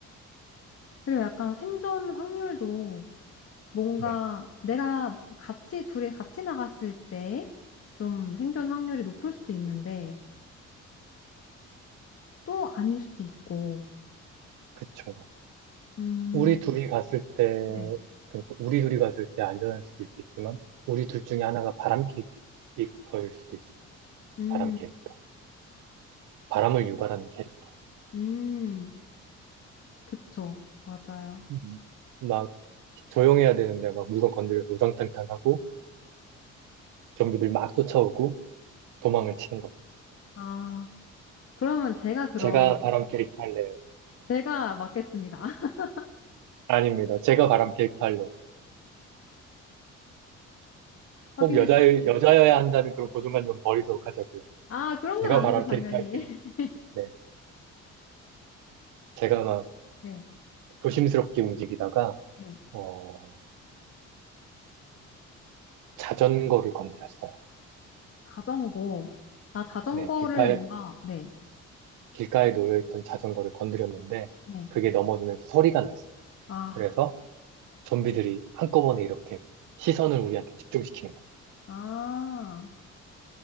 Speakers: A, on the left; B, on the right.
A: 그리고 약간 생존 확률도 뭔가
B: 네,
A: 내가 같이, 둘이 같이 나갔을 때 좀 생존 확률이 높을 수도 있는데 또 아닐 수도 있고.
B: 그쵸.
A: 음,
B: 우리 둘이 갔을 때,
A: 네.
B: 그러니까 우리 둘이 갔을 때 안전할 수도 있겠지만, 우리 둘 중에 하나가 바람캐릭터일 수도 있어요.
A: 음,
B: 바람 캐릭터. 바람을 유발하는 캐릭터.
A: 음, 그쵸. 맞아요.
B: 음. 막 조용해야 되는데 막 물건 건드려서 우당탕탕하고 좀비들 막 쫓아오고 도망을 치는 거죠.
A: 아, 그러면 제가 그런,
B: 제가 바람 캐릭터 할래요.
A: 제가 맞겠습니다. <laughs>
B: 아닙니다. 제가 바람 캐릭터 할래요.
A: 아,
B: 꼭
A: 근데,
B: 여자,
A: 네.
B: 여자여야 한다는 그런 고정관념 버리도록 하자고요.
A: 아, 그런
B: 제가
A: 건 아니죠,
B: 바람
A: 당연히.
B: 캐릭터 할게요.
A: <laughs>
B: 네. 제가 막
A: 네,
B: 조심스럽게 움직이다가,
A: 네.
B: 어, 자전거를 건드렸어요.
A: 자전거. 아, 자전거를
B: 네. 길가에,
A: 뭔가, 네.
B: 길가에 놓여있던 자전거를 건드렸는데,
A: 네.
B: 그게 넘어지면서 소리가 났어요.
A: 아,
B: 그래서 좀비들이 한꺼번에 이렇게 시선을 우리한테 집중시키는 거죠.
A: 아.